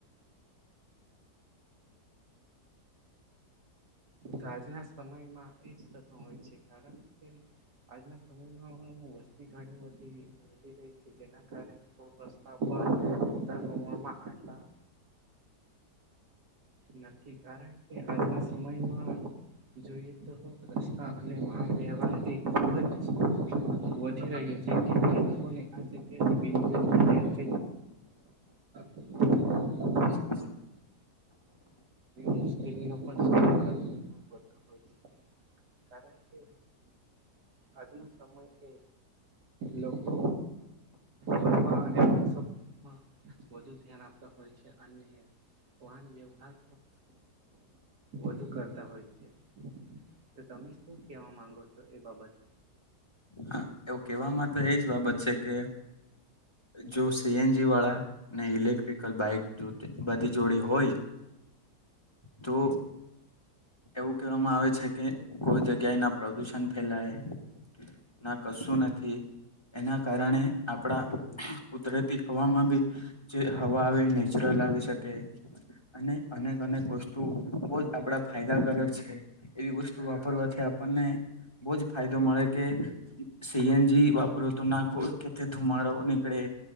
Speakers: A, on the right; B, on the left.
A: તો આજના સમયમાં એજ થતુ હોય છે કારણ કે આજના સમયમાં હું વસ્તી ઘણી થી વધી રહી છે, જેના કારણે ખૂબ રસ્તા પર ાર મરમાં <unintelligible> આટલા નથી કારણ કે આજના સમયમાં જોઈએ તો રસ્તા અને વાહન વ્યવહાર એ ખૂબ જ વધી રહ્યો જે ખલોક બ <unintelligible> <inaudible>
B: હ <unintelligible>
A: મુશ્કેલી નો સામનો <inaudible> પણ પડતો હોય છે કારણ કે આજનુ સમય એ લોકો ફરવા અને ઉત્સવમાં <inaudible> વધુ ધ્યાન આપતા હોય છે અને વાહન વ્યવહાર વધુ કરતા હોય. છે તો તમે શું કેવા માંગો છો એ બાબત?
B: હા એવું કેવામાં તો એજ બાબત છે કે જો સીએનજી વાળા ને ઇલેક્ટ્રિકલ બાઈક જો જો બધી જોડી હોય તો એવું કહેવામાં આવે છે કે કોઈ જગ્યાએ ના પ્રદુષણ ફેલાય. ના કશું નથી એના કારણે આપણાં કુદરતી હવામાં બી જે હવા આવે એ નેચરલ આવી શકે. અને અનેક અનેક વસ્તુ બો જ આપડા ફાયદાકારક છે. એવી વસ્તુ વાપરવાથી આપણને બો જ ફાયદો મળે કે સી એન જી વાપરો તો ના કો કેથે ધુમાડો નીકળે.